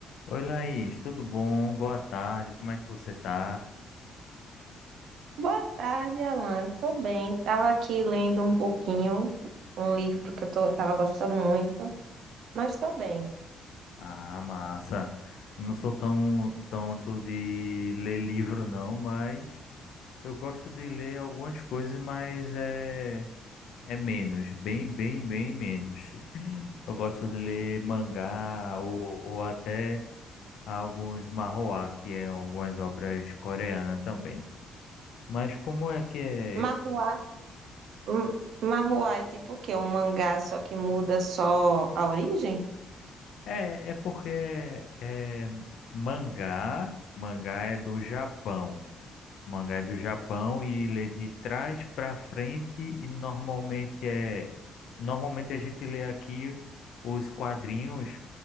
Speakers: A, on the left; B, on the right.
A: Oi, Laís, tudo bom? Boa tarde, como é que você tá?
B: Boa tarde, Alan. Eu tô bem. Tava aqui lendo um pouquinho, um livro que eu tô, tava gostando muito, mas tô bem.
A: Ah, massa. Não sou tão tanto de ler livro, não, mas eu gosto de ler algumas coisas, mas é, é menos, bem, bem, bem menos. <laughs> Eu gosto de ler mangá ou, ou até alguns manhwa, que é algumas obras coreanas também. Mas como é que é
B: Marruá,
A: esse?
B: hum, Marruá é tipo o quê? Um mangá só que muda só a origem?
A: É, é porque é, mangá, mangá é do Japão. Mangá é do Japão e lê de trás para frente e normalmente é normalmente a gente lê aqui os quadrinhos,